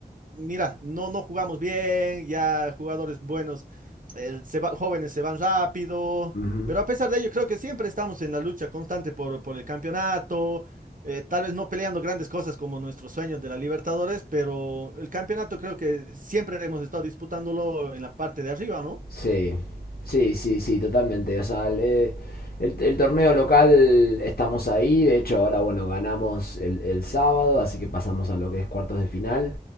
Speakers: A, on the right (about 50°); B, on the left (about 60°).
A: mira, no, no jugamos bien, ya jugadores buenos, eh, se va- jóvenes se van rápido,
B: Ujú.
A: pero a pesar de ello, creo que siempre estamos en la lucha constante por, por el campeonato, eh, tal vez no peleando grandes cosas como nuestros sueños de la Libertadores, pero el campeonato creo que siempre hemos estado disputándolo en la parte de arriba, ¿no?
B: Sí, sí, sí, sí, totalmente. O sea, le- el, el torneo local estamos ahí. De hecho, ahora, bueno, ganamos el, el sábado, así que pasamos a lo que es cuartos de final.